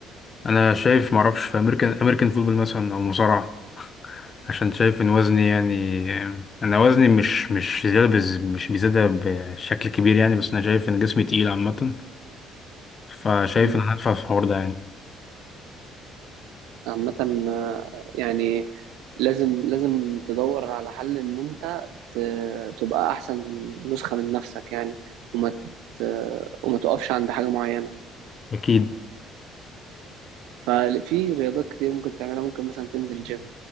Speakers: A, on the left; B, on the right.
A: انا شايف معرفش في امريكان امريكان فوتبول مثلا او مصارعه عشان شايف ان وزني يعني انا وزني مش مش زياده بز... مش بيزيادة بشكل كبير يعني بس انا شايف ان جسمي تقيل عامه فشايف
B: مم.
A: ان انا هدفع في الحوار ده يعني
B: عامة آه، يعني لازم لازم تدور على حل ان انت ت- تبقى احسن نسخة من نفسك يعني وما ت... وما تقفش عند حاجة معينة
A: اكيد
B: ففي رياضات كتير ممكن تعملها ممكن مثلا تنزل جيم